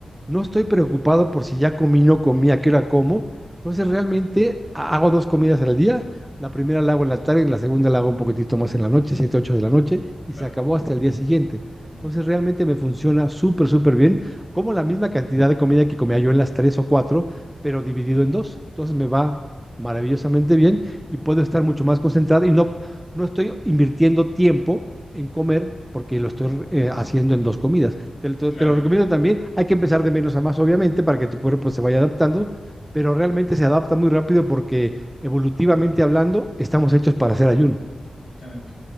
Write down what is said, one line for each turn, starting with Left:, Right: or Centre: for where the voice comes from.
Centre: no estoy preocupado por si ya comí, no comí, a qué hora como. Entonces realmente ha- hago dos comidas al día. La primera la hago en la tarde, en la segunda la hago un poquitito más en la noche, 7, 8 de la noche, y
Left: claro,
Centre: se acabó hasta el día siguiente.
Left: mm,
Centre: Entonces realmente me funciona súper, súper bien. Como la misma cantidad de comida que comía yo en las tres o cuatro, pero dividido en dos. Entonces me va maravillosamente bien y puedo estar mucho más concentrado y no, no estoy invirtiendo tiempo en comer porque lo estoy eh, haciendo en dos comidas. Te, lo
Left: claro,
Centre: te lo recomiendo también. Hay que empezar de menos a más, obviamente, para que tu cuerpo pues, se vaya adaptando, pero realmente se adapta muy rápido porque evolutivamente hablando, estamos hechos para hacer ayuno.
Left: justamente.